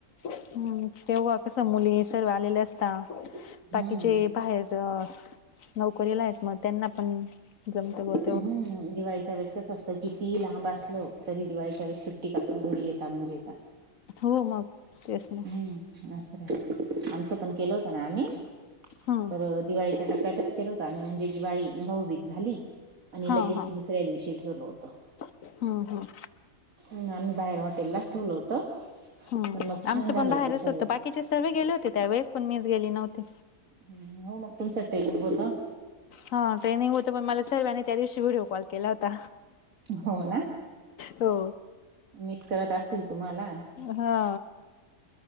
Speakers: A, on the left (about 70°); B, on the right (about 75°).
A: हम्म, तेव्हा कसं मुली सर्व आलेले असता
B: हम्म
A: बाकीचे बाहेर तर नोकरीला आहेत, मग त्यांना पण जमतं बोल
B: हम्म, दिवाळीच्या वेळेस कसं असतं, किती लांब असलो तरी दिवाळीच्या वेळेस सुट्टी काढून घरी येता म्हणजे येता.
A: हो मग. तेच ना
B: हम्म, असं राय आमचं पण केलं होतं ना आम्ही,
A: हा
B: तर दिवाळीच्या टप्प्यातच केलं होतं आम्ही, म्हणजे दिवाळी भाऊबीज झाली. आणि
A: हा
B: लगेच
A: हा
B: दुसऱ्या दिवशी ठेवलं होतं.
A: हम्म, ह.
B: उन, आम्ही बाहेर हॉटेललाच ठेवलं होतं.
A: हम्म,
B: पण मग
A: आमचं
B: छान झालं
A: पण बाहेरच
B: सर्व
A: होतं, बाकीचे सर्वे गेले होते त्यावेेळेस, पण मीच गेली नव्हते.
B: हम्म, हो मग तुमचं टयमिंग होतं.
A: हा, ट्रेनिंग होतं, पण मला सर्वांनी त्या दिवशी व्हिडिओ कॉल केला होता.
B: होत.
A: हो.
B: मिस करत असतील तुम्हाला.
A: हा.